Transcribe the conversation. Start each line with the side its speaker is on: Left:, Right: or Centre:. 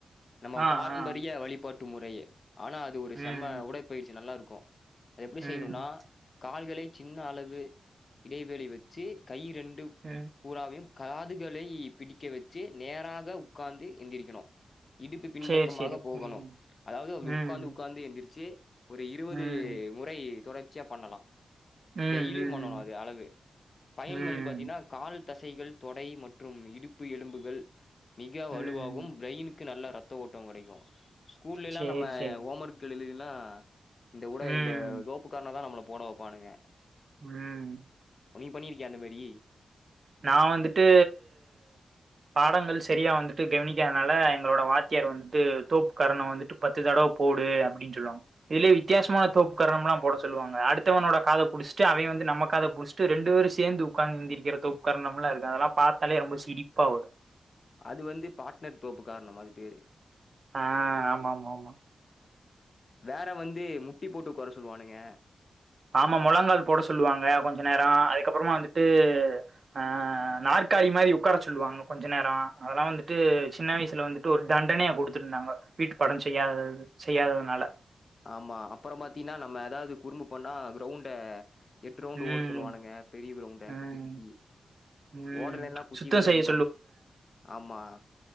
Left: நம்ம
Right: ஆ
Left: பாரம்பரிய
Right: ஆ
Left: வழிபாட்டு முறையே ஆனா அது ஒரு
Right: ம்,
Left: செம்ம உடைப்பயிற்சி நல்லா இருக்கு எப்டி
Right: ம்,
Left: செய்ணும்னா கால்களை சின்ன அளவு இடைவெளி வச்சு கை ரெண்டு
Right: அ
Left: கூறாவையும் காதுகளை பிடிக்க வச்சு நேராக உக்கார்ந்து எந்திரிக்கணு இடுப்பு பின்பக்கமாக
Right: சரி, சரி.
Left: போகணும்
Right: ம்,
Left: அதாவது அப்டி
Right: ம்,
Left: உக்காந்து உக்காந்து எந்திரிச்சு ஒரு இருவது
Right: ம்,
Left: முறை தொடர்ச்சியா பண்ணணு
Right: ம், ம்,
Left: டெய்லியும் பண்ணணு அது அளவு பயன்
Right: ம்,
Left: வந்து பாத்தீங்கன்னா கால் தசைகள் தொடை மற்றும் இடுப்பு எலும்புகள் மிக
Right: ம்.
Left: வலுவாகும் ப்ரைனுக்கு நல்ல ரத்த ஓட்டம் கெடைக்கும் ஸ்கூல்ல எல்லாம்
Right: சரி,
Left: நம்ம
Right: சரி.
Left: ஹோம் ஒர்க் எழுதுறது எல்லா இந்த ஊட
Right: ம்,
Left: இந்த கோப்பு கரண தா நம்மள போட வப்பானுங்க
Right: ம்.
Left: ஒன்னய பண்ணிருக்கியா அந்த மாரி
Right: நா வந்துட்டு பாடங்கள் சரியா வந்துட்டு கவனிக்காதனால எங்களோட வாத்தியார் வந்துட்டு தோப்பு கரணம் வந்துட்டு பத்து தடவ போடு அப்டின்னு சொல்லுவாங்க இதுலியே வித்தியாசமான தோப்பு கரணம்லாம் போட சொல்லுவாங்க அடுத்தவனோட காத புடிச்ட்டு அவே வந்து நம்மக்காத புடிச் ரெண்டு பேரும் சேந்து உட்காந்து எந்தக்கிறது உக்காரணம் எல்லாம் இருக்கு அதெல்லாம் பாத்தாலே ரொம்ப சிரிப்பா வரும்
Left: அது வந்து பாட்னர் தோப்பு காரணம் அது பேரு
Right: ஆ ஆமா ஆமா ஆமா
Left: வேற வந்து முட்டி போட்டு உக்கார சொல்லுவானுங்க
Right: ஆமா முழங்கால் போட சொல்வாங்க கொஞ்ச நேரோ அதுக்கப்புறமா வந்துட்டு ஆ நாற்காலி மாரி உட்கார சொல்லுவாங்க கொஞ்ச நேரௌ அதெல்லாம் வந்துட்டு சின்ன வயசுல வந்துட்டு ஒரு தண்டனைய குடுத்துருந்தாங்க வீட்டு பாடம் செய்யாத செய்யாததுனால
Left: ஆமா அப்புறம் பாத்தீங்கன்னா நம்ம ஏதாவது குறும்பு பண்ணா கிரௌண்ட எட்டு ரவுண்ட்
Right: ம்
Left: ஓட சொல்லுவானுங்க பெரிய கிரௌண்ட
Right: ம்
Left: சுத்தி சுத்தி
Right: ம்
Left: ஓடலன குச்சி
Right: சுத்தோ
Left: வெச்சு
Right: செய்ய
Left: அடிப்பானுங்ஆமா